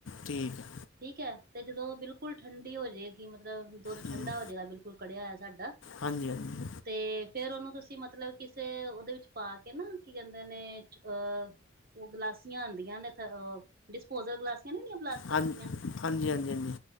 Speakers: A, on the left; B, on the right.
A: ਠੀਕ ਹੈ
B: ਠੀਕ ਹੈ ਤੇ ਜਦੋਂ ਬਿਲਕੁਲ ਠੰਡੀ ਹੋ ਜਾਏਗੀ ਮਤਲਬ ਦੁੱਧ
A: ਹੂੰ
B: ਠੰਡਾ ਹੋ ਜਾਏਗਾ ਬਿਲਕੁਲ। ਕੜਿਆ ਹੋਇਆ ਸਾਡਾ।
A: ਹਾਂਜੀ ਹਾਂਜੀ।
B: ਅਤੇ ਫਿਰ ਉਹਨੂੰ ਤੁਸੀਂ ਮਤਲਬ ਕਿਸੇ ਉਹਦੇ ਵਿੱਚ ਪਾ ਕੇ ਨਾ ਕੀ ਕਹਿੰਦੇ ਨੇ ਅਹ ਉਹ ਗਲਾਸੀਆਂ ਆਉਂਦੀਆਂ ਨੇ ਡਿਸਪੋਜਬਲ ਗਲਾਸੀਆਂ ਨਹੀਂ ਹੁੰਦੀਆਂ ਪਲਾਸਟਿਕ
A: ਹਾਂਜੀ
B: ਦੀਆਂ
A: ਹਾਂਜੀ ਹਾਂਜੀ ਹਾਂਜੀ